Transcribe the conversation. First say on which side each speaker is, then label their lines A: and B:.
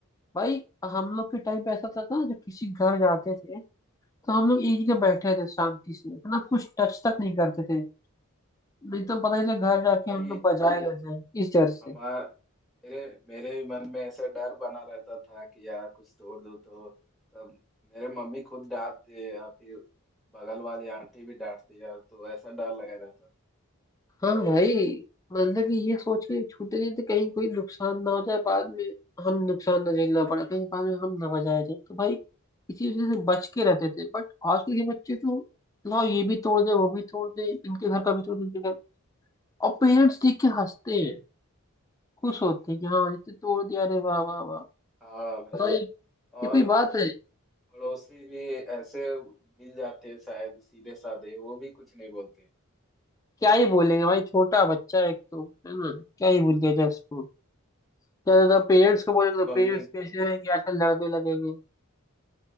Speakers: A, on the left; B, in the centre.
A: भाई हम लोग के टाइम पे ऐसा था ना जब किसी घर जाते थे तो हम लोग एक जगह बैठे थे शांति से है ना कुछ टच तक नहीं करते थे नहीं तो पता चले घर जाके
B: भाई
A: हम लोग बजाए रह जाए इस डर से
B: हमार मेरे मेरे भी मन में ऐसा डर बना रहता था कि यार कुछ तोड़ दो तो सब मेरे मम्मी खुद डांटते या फिर बगल वाली आंटी भी डांटती यार तो ऐसा डर लगा रहता
A: हाँ भाई मतलब कि ये सोच के छूटे नहीं थे कहीं कोई नुकसान ना हो जाए बाद में हम नुकसान ना झेलना पड़े कहीं बाद में हम ना बजाए जाए तो भाई इसी वजह से बच के रहते थे बट आजकल के बच्चे तो लाओ ये भी तोड़ दे वो भी तोड़ दे इनके घर का भी तोड़ दे इनके घर और पेरेंट्स देख के हंसते हैं खुश होते हैं कि हाँ इतने तोड़ दिया अरे वाह वाह वाह
B: था हाँ भाई
A: बताओ ये ये
B: और
A: कोई बात है
B: पड़ोसी भी ऐसे मिल जाते हैं शायद सीधे साधे वो भी कुछ नहीं बोलते
A: क्या ही बोलेंगे भाई छोटा बच्चा है एक तो है ना क्या ही बोल दिया जाए इसको ज्यादा तो पेरेंट्स को बोलेंगे तो
B: मम्मी
A: पेरेंट्स कैसे
B: तुम
A: हैं कि आजकल लड़ने लगेंगे